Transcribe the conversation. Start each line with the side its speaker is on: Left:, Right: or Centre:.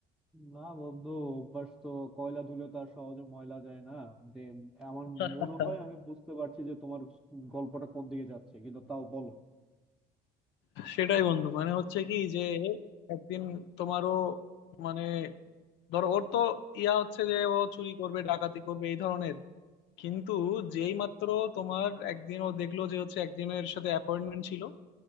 Centre: না বন্ধু অভ্যাস তো কয়লা ধুলে তো আর সহজে ময়লা যায় না মানে আমার
Left: <laughs>
Centre: মনে হয় আমি বুঝতে পারছি যে তোমার গল্পটা কোন দিকে যাচ্ছে কিন্তু তাও বলো
Left: সেটাই বন্ধু মানে হচ্ছে কি যে একদিন তোমারও মানে ধরো ওর তো ইয়া হচ্ছে যে ও চুরি করবে ডাকাতি করবে এই ধরনের কিন্তু যেই মাত্র তোমার একদিন ও দেখলো যে হচ্ছে একজনের সাথে অ্যাপয়েন্টমেন্ট ছিল